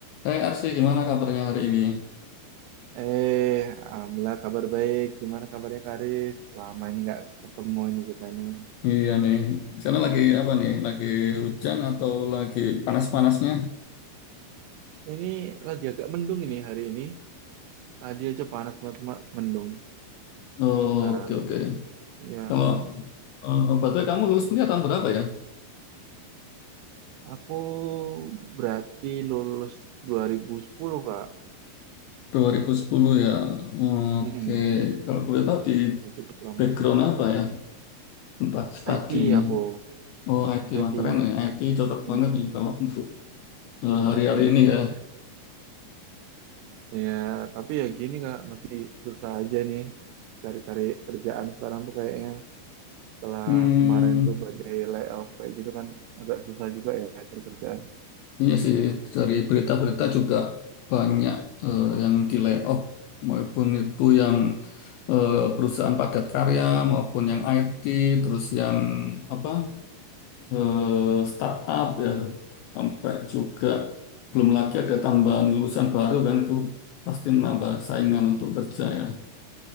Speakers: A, on the left; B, on the right.
A: Hey Arsi, gimana kabarnya hari ini?
B: Eh, Alhamdulillah kabar baik. Gimana kabarnya Karis? Lama ini nggak ketemu ini kita ini.
A: Iya nih, di sana lagi apa nih? Lagi hujan atau lagi panas-panasnya?
B: Ini lagi agak mendung ini hari ini. Tadi aja panas banget, cuma mendung
A: Oke,
B: sekarang.
A: oke.
B: Ya,
A: Kalau eh, berarti kamu lulus kuliah tahun berapa ya?
B: aku berarti lulus 2010, Kak.
A: 2010 ya. Oke,
B: Mm-mm.
A: kalau boleh tahu di
B: Ya, Cukup lama.
A: background apa ya? Tempat studinya.
B: IT aku,
A: Oh, IT,
B: IT.
A: wah keren ya. IT cocok
B: Hmm.
A: banget nih kalau untuk eh, hari-hari
B: <laughs>
A: ini ya.
B: Ya, tapi ya gini Kak, masih susah aja nih cari-cari kerjaan sekarang tuh kayaknya. setelah
A: <laughs> Hmm.
B: kemarin tuh badai layoff kayak gitu kan agak susah juga ya cari kerjaan.
A: Iya sih, dari berita-berita juga banyak eh, yang di layoff, maupun itu yang eh, perusahaan padat karya, maupun yang IT, terus yang apa eh, startup ya, sampai juga belum lagi ada tambahan lulusan baru kan itu pasti menambah saingan untuk kerja ya.